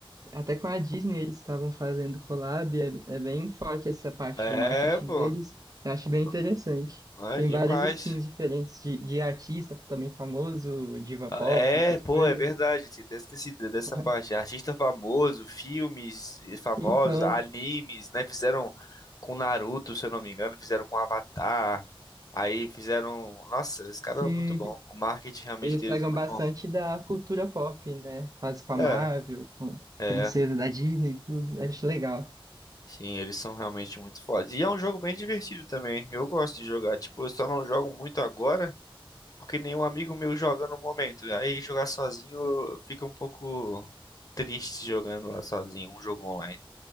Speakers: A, on the right; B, on the left.
A: Até com a Disney eles estavam fazendo collab, é, é bem forte essa parte
B: É,
A: do marketing
B: pô,
A: deles. Eu acho bem
B: não-
A: interessante.
B: é
A: Tem
B: demais.
A: várias skins diferentes de, de artista também famoso, diva
B: Ah,
A: pop,
B: É,
A: essas
B: pô,
A: coisas.
B: é verdade, tinha até esquecido dessa
A: <laughs>
B: parte. Artista famoso, filmes famosos,
A: Então,
B: animes, né? Fizeram com Naruto, se eu não me engano, fizeram com Avatar. Aí fizeram. Nossa, esse cara
A: sim,
B: é muito bom. O marketing realmente
A: eles
B: deles
A: pegam
B: é muito
A: bastante
B: bom.
A: da cultura pop, né? Faz com
B: É,
A: a Marvel, com
B: é.
A: princesa da Disney, e tudo. Acho legal.
B: Sim, eles são realmente muito fodas. E é um jogo bem divertido também. Eu gosto de jogar. Tipo, eu só não jogo muito agora. porque nenhum amigo meu joga no momento. Aí jogar sozinho fica um pouco triste jogando lá sozinho, um jogo online.